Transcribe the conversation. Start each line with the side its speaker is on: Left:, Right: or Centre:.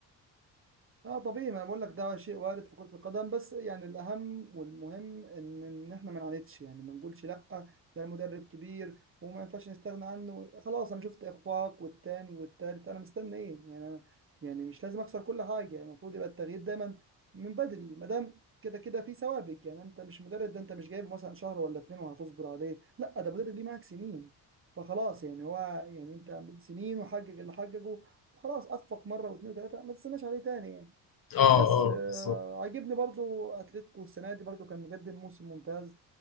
Right: اه طبيعي ما انا بقول لك ده شيء وارد في كرة القدم بس يعني الاهم والمهم ان ان احنا ما نعاندش يعني ما نقولش لا ده المدرب كبير وما ينفعش نستغنى عنه خلاص انا شفت اخفاق والتاني والتالت انا مستني ايه يعني أنا يعني مش لازم اخسر كل حاجة يعني المفروض يبقى التغيير دايما من بدري ما دام كده كده في سوابق يعني انت مش مدرب ده انت مش جايب مثلا شهر ولا اتنين وهتصبر عليه لا ده مدرب ليه معاك سنين فخلاص يعني هو يعني انت سنين وحقق اللي حققه وخلاص اخفق مره واثنين وثلاثه ما تستناش عليه تاني يعني.
Left: اه
Right: بس
Left: اه
Right: آه،
Left: بالظبط
Right: عاجبني برضو اتلتيكو السنه دي برضو كان مقدم موسم ممتاز